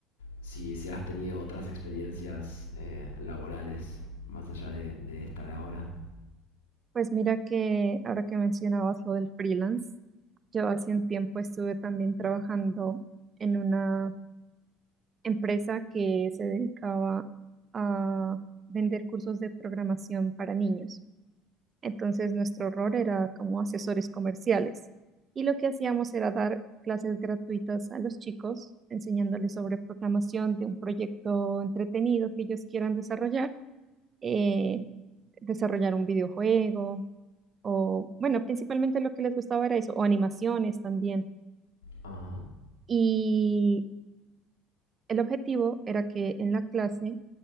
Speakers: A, on the left; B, on the right.
A: si, si has tenido otras experiencias eh, laborales más allá de, de esta de ahora.
B: Pues mira que ahora que mencionabas lo del freelance, yo hace un tiempo estuve también trabajando en una empresa que se dedicaba a vender cursos de programación para niños. Entonces nuestro rol era como asesores comerciales y lo que hacíamos era dar clases gratuitas a los chicos, enseñándoles sobre programación de un proyecto entretenido que ellos quieran desarrollar, eh, desarrollar un videojuego o, bueno, principalmente lo que les gustaba era eso, o animaciones también.
A: Ajá.
B: Y El objetivo era que en la clase